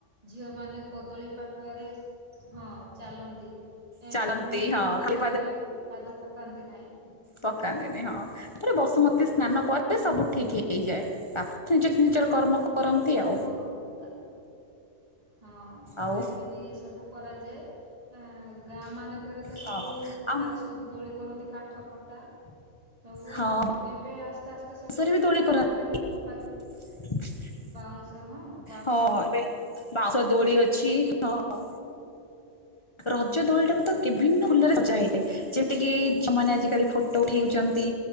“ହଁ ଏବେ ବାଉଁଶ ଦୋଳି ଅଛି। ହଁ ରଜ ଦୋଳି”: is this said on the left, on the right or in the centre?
Left